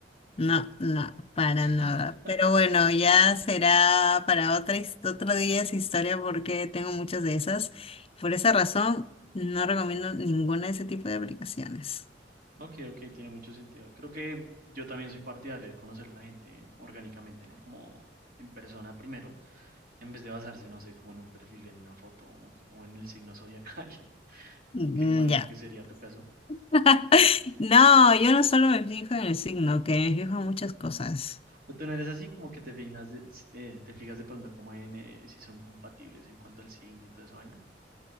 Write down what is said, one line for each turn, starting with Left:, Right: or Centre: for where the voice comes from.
Left: No, no, para
Right: <laughs>
Left: nada. Pero bueno, ya será para otra, his- otro día esa historia porque tengo muchas de esas. Por esa razón, no recomiendo ninguna de ese tipo de aplicaciones.
Right: Ok, ok, tiene mucho sentido. Creo que yo también soy partidario de conocer a la gente orgánicamente, ¿no? Como en persona primero, en vez de basarse, no sé, como en un perfil, en una foto o o en el signo zodiacal, <laughs>
Left: Mm,
Right: que imagino
Left: ya.
Right: que sería tu caso.
Left: <laughs> No, yo no solo me fijo en el signo, que me fijo en muchas cosas.
Right: O tú no eres así, como que te fijas de, eh, te fijas de pronto como en eh, si son compatibles en cuanto al signo y toda esa vaina.